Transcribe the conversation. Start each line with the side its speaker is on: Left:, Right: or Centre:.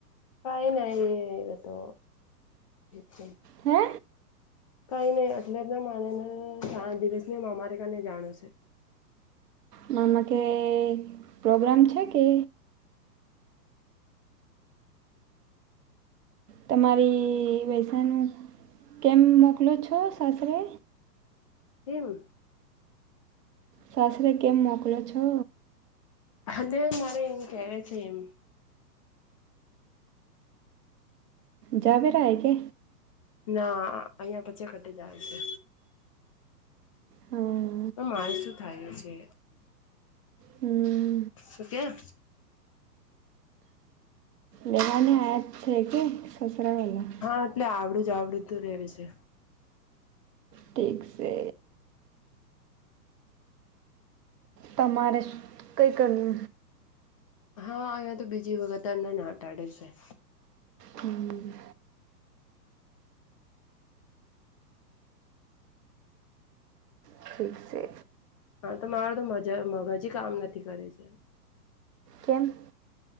Left: કાઈ નઇ એ તો છે.
Right: હે?
Left: કઈ નઈ એટલે તો માનેને સાત દિવસ ને અમારે કને જાણો છે.
Right: નામાં કે પ્રોગ્રામ છે કે? તમારી વૈસાનું કેમ મોકલો છો સાસરે?
Left: એમ
Right: સાસરે, કેમ મોકલો છો?
Left: <unintelligible>
Right: જાવેરાય કે
Left: ના અહિયાં પચે ઘટી જાવે છે.
Right: હા.
Left: તો મારે શું થાય છે.
Right: હમ્મ.
Left: સુ કે <unintelligible>
Right: લેવાને આયા છે કે સસરાવાલા?
Left: હા, એટલે આવડું જ આવડું તોું રહે છે.
Right: ઠીક છે. તમારે કંઈક કરવું
Left: હા, અહીંયા તો બીજી વખત ના હટાડે છે.
Right: હમ્મ. ઠીક છે.
Left: હા, તો મારો તો મજા મગજી કામ નથી કરે છે.
Right: કેમ?